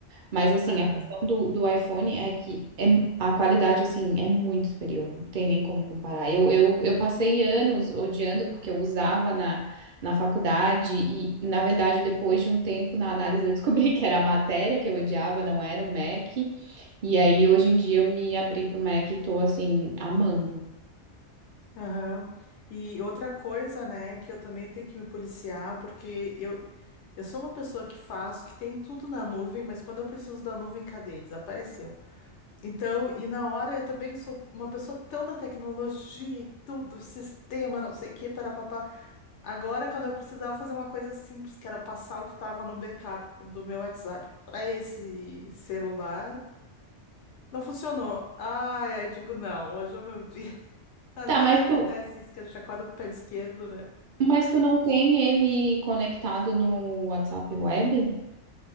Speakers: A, on the right (about 50°); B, on the left (about 75°).
A: Mas assim,
B: Aham,
A: a questão do, do iPhone é que é, a qualidade assim é muito superior, não tem nem como comparar. Eu, eu, eu passei anos odiando porque eu usava na, na faculdade e, na verdade, depois de um tempo na análise eu descobri <laughs> que era a matéria que eu odiava, não era o Mac. E aí hoje em dia eu me abri pro Mac e tô assim amando.
B: aham. E outra coisa, né, que eu também tenho que me policiar, porque eu, eu sou uma pessoa que faço, que tem tudo na nuvem, mas quando eu preciso da nuvem, cadê? Desapareceu. Então, e na hora eu também sou uma pessoa tão da tecnologia e tudo, sistema, não sei o que, papá. Agora, quando eu precisava fazer uma coisa simples, que era passar o que estava no backup do meu WhatsApp para esse celular, não funcionou. Ai, aí digo, não, hoje é o meu dia. <laughs> Às
A: Tá,
B: vezes
A: mas
B: acontece
A: tu,
B: isso, que a gente acorda com o pé esquerdo, né?
A: mas tu não tem ele conectado no WhatsApp Web?